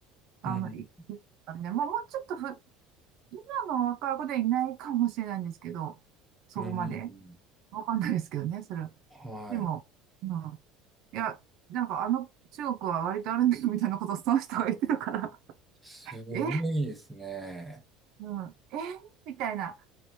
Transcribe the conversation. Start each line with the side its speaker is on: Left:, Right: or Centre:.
Right: あの、
Centre: うん。
Right: い、いったんで、もう、もうちょっとふ、今の若い子でいないかもしれないんですけど、そこまで。
Centre: うん。
Right: わかんないですけどね、それは。
Centre: はい。
Right: でも、うん。いや、なんかあの中国は割とあるんだよみたいなことをその人が言ってたから、
Centre: すごいですね。
Right: <laughs> え、うん、えみたいな